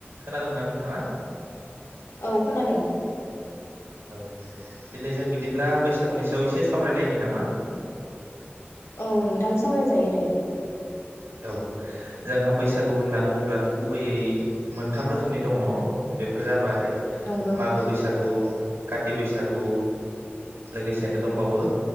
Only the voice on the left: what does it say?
औ खोनादों।
औ नोंथां सावरायजायो दे।
नंगौ